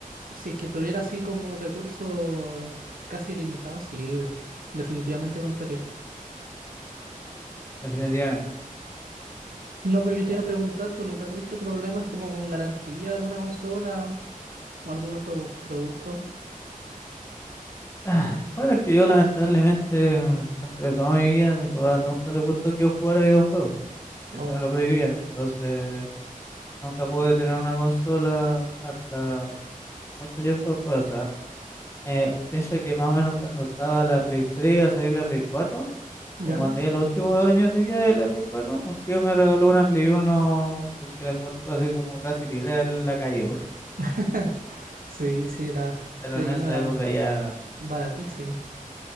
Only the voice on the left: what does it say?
definitivamente.
Ya.
Ah, Bueno, es que yo lamentablemente, dentro de toda mi vida, a mi papá nunca le gustó que yo jugara videojuegos. Siempre
me lo prohibían. Entonces, nunca pude tener una consola hasta mucho tiempo después. O sea, eh, piensa que más o menos cuando estaba la Play 3 iba a salir la Play cuatro
Como cuando ya los últimos dos años de vida de la Play 4, un tío me regaló una Play uno porque la encontró así como casi tirada en la calle, weón. <laughs>
Pero
en esa
época ya,